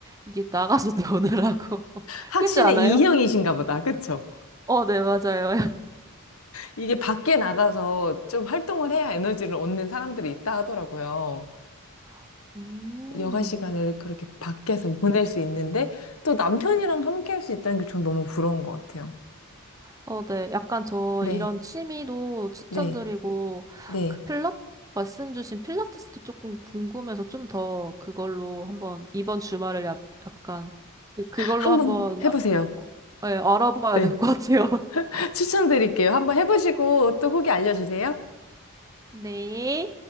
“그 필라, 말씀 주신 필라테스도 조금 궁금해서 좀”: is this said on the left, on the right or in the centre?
Right